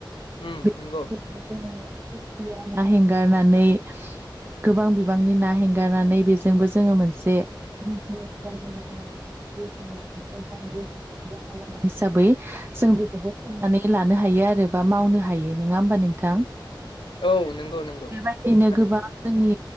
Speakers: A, on the left; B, on the right.
A: उम
B: बे जोङो
A: नंगौ
B: बियाव ना हेंगारनानै गोबां बिबांनि ना हेंगारनानै बेजोंबो जोङो मोनसे बिजनेस बायदि लामा हिसाबै जों बेखौबो फनानै लानो हायो आरो बा मावनो हायो नङा होमबा नोंथां
A: औ नंगौ नंगौ
B: बेबायदिनो
A: थारैनो
B: गोबां जोंनि